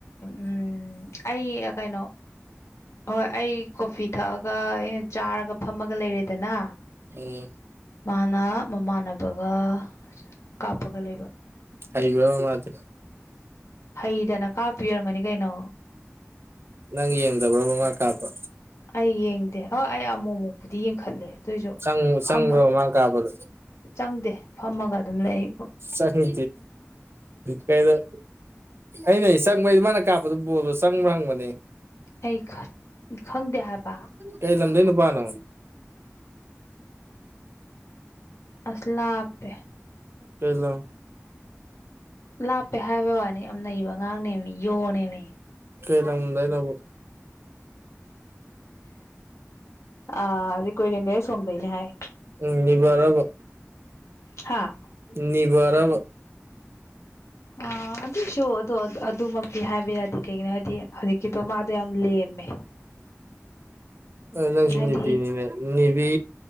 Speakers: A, on the left (about 70°); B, on the right (about 55°).
A: ꯎꯝ ꯑꯩ ꯀꯩꯅꯣ ꯍꯣꯏ ꯑꯩ ꯀꯣꯐꯤ ꯊꯛꯑꯒ ꯑꯩꯅ ꯆꯥꯔꯒ ꯐꯝꯃꯒ ꯂꯩꯔꯦꯗꯅ
B: ꯎꯝ
A: ꯃꯥꯅ ꯃꯃꯥꯟꯅꯕꯒ ꯀꯥꯞꯄꯒ ꯂꯩꯕ
B: ꯍꯥꯏꯕꯔꯕ ꯃꯗꯤ
A: ꯍꯩꯗꯅ ꯀꯥꯞꯄꯤ ꯑꫭꯏꯔꯝꯒꯅꯤ ꯀꯩꯅꯣ
B: ꯅꯪ ꯌꯦꯡꯗꯕ꯭ꯔꯣ ꯃꯅꯥ ꯀꯥꯞꯄ
A: ꯑꯩ ꯌꯦꯡꯗꯦ ꯍꫭꯏ ꯑꯃꯨꯛ ꯑꯃꯨꯛꯄꯨꯗꯤ ꯌꯦꯡꯈꯠꯂꯦ ꯑꯗꫭꯏꯁꯨ
B: ꯆꯪ ꯆꯪꯕ꯭ꯔꯕ
A: ꯐꯝꯃ
B: ꯃꯥ ꯀꯥꯞꯄꯗꯣ
A: ꯆꯪꯗꯦ ꯐꯝꯃꯒ ꯑꯗꯨꯝ ꯂꯩꯑꯕꯨ
B: ꯆꯪꯗ ꯀꯩꯅꫭ ꯑꯩꯅ ꯑꯩ ꯆꯪꯕꯩ ꯃꯥꯅ ꯀꯥꯞꯄꯗꯨ ꯕꯣꯜꯗꯣ ꯆꯪꯕ꯭ꯔꯥ ꯍꯪꯕꯅꯦ
A: ꯑꯩ ꯈꯪꯗꯦ ꯍꯥꯏꯕ
B: ꯀꯩ ꯂꯝꯗ ꯅꯨꯄꯥꯅꯣ
A: ꯑꯂꯥꯞꯄꯦ
B: ꯀꯩꯩꯅ
A: ꯂꯥꯞꯄꯦ ꯍꯥꯏꯕ ꯋꯥꯅꯤ ꯌꯥꯝ ꯅꯩꯕ ꯑꯉꯥꯡꯅꯦꯃꯤ ꯌꯣꯅꯦꯃꯤ
B: ꯀꯩ ꯇ ꯍꯗꯣꯏꯅꯕꯨ
A: ꯑ ꯑꯗꯨ ꯀꯣꯏꯔꯦꯡꯒꯩ ꯁꯣꯝꯗꯅꯦ ꯍꯥꯏ
B: ꯎꯅꯤꯕꯔꯕꯣ
A: ꯍꯥꯥ
B: ꯅꯤꯕꯔ
A: ꯑ ꯑꯗꯨꯁꯨ ꯑꯗꯣ ꯑꯗꯨꯃꯛꯇꯤ ꯍꯥꯏꯕ ꯌꯥꯗꯦ ꯀꯩꯒꯤꯅꯣ ꯍꯥꯏꯗꯤ ꯍꯧꯖꯤꯛꯀꯤꯗꯣ ꯃꯥꯗꯣ ꯌꯥꯝ ꯂꯦꯝꯃꯦ
B: ꯑꯥ ꯅꯪꯁꯨ
A: ꯍꯥꯏꯗꯤ
B: ꯅꯨꯄꯤꯅꯤꯅ‌ꯦ ꯅꯤꯕꯤ